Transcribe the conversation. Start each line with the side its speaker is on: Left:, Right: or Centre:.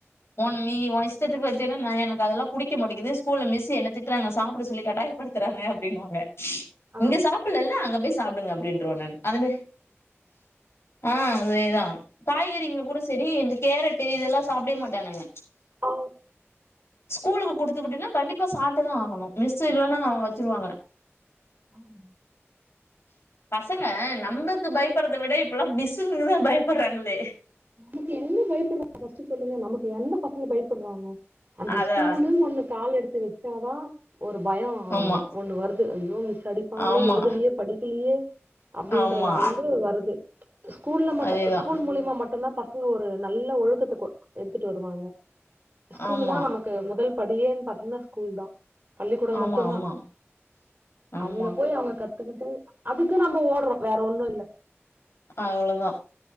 Left: ஒன் நீ ஓ இஷ்டத்துக்கு வச்சின நா எனக்கு அதல்லா புடிக்க மாட்டிங்கிது ஸ்கூல்ல மிஸ்ஸு என்ன திட்டறாங்க சாப்ட சொல்லி கட்டாயப்படுத்தறாங்க அப்டின்னுவாங்க
Right: ஆ
Left: இங்க சாப்பல இல்ல அங்க போயி சாப்டுங்க அப்டின்றுவ நானு அது மேரி ஆ அதே தா காய்கறிங்க கூட செரி இந்த கேரட்டு இதல்லா சாப்படவே மாட்டானுங்க
Right: ஓ
Left: ஸ்கூலுக்கு குடுத்து விட்டன்னா கண்டிப்பா சாப்ட்டுதா ஆகணு மிஸ்ஸு இல்லன்னா வச்சிருவாங்க
Right: ம்
Left: பசங்க நம்மக்கு பயப்பறத விட இப்பல்லா மிஸ்ஸுங்களுக்கு தா பயப்பறாங்களே
Right: நமக்கு எங்க பயப்பறாங்க ஃபஸ்ட்டு சொல்லுங்க நமக்கு எந்த பசங்க பயப் பறாங்க அந்த
Left: அதா
Right: ஸ்கூலுன் ஒண்ணு கால் எடுத்து வச்சாதா ஒரு பயம்
Left: ஆமா
Right: ஒண்ணு வருது ஐயோ மிஸ் அடிப்பாங்களே
Left: ஆமா
Right: எழுதுலயே படிக்கலயே அப்டின்றது
Left: ஆமா
Right: வந்து வருது ஸ்கூல்ல மட்டும்
Left: அதேதா
Right: ஸ்கூல் மூலியமா மட் டுந்தான் பசங்க ஒரு நல்ல ஒழுக்கத்த கொ எடுத்துட்டு வருவாங்க ஸ்கூலு
Left: ஆமா
Right: தா நம க்கு முதல் படியேன் பாத்தீங்கன்னா ஸ்கூல்தா பள்ளிக்கூடம்
Left: ஆமா
Right: மட்டுந்தா
Left: ஆமா ஆமா
Right: அங்க போயி அவங்க கத் துக்கிட்டு அதுக்கு நம்ம ஓடறோ வேற ஒண்ணும் இல்ல
Left: அவ்ளோதா